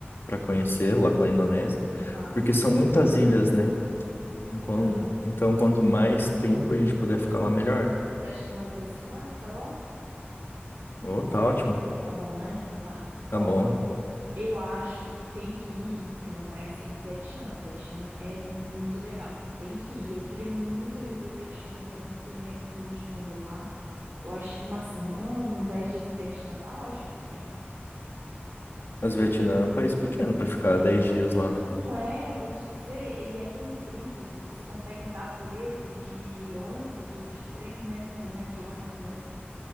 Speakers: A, on the left; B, on the right.
A: para conhecer lá pela Indonésia,
B: Mas, massa.
A: porque são muitas ilhas, né? Enquan-
B: Aham.
A: Então, quanto mais tempo a gente puder ficar lá, melhor.
B: Você acha que umas duas semanas, tá bom?
A: Oh,
B: Ou mais?
A: tá ótimo,
B: Tá bom, né? Então tá.
A: tá
B: Ó,
A: bom.
B: eu acho que tem que ir, se não conhecendo o Vietnã. O Vietnã é muito legal. Tem que ir. Eu queria muito rever o Vietnã, queria muito comer a comida de novo lá. Eu acho que uma semana, uns 10 dias no Vietnã tá ótimo também.
A: Mas o Vietnã é um país pequeno para ficar dez dias lá, né?
B: Não é, vou te dizer, ele é comprido. Você consegue andar por ele de ônibus ou de trem, né? Mas é mais de ônibus mesmo.